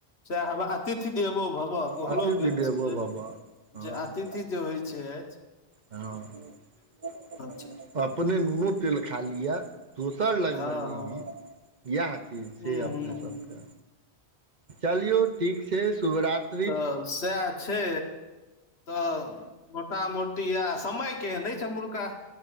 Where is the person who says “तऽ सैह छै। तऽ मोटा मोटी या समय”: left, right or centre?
Left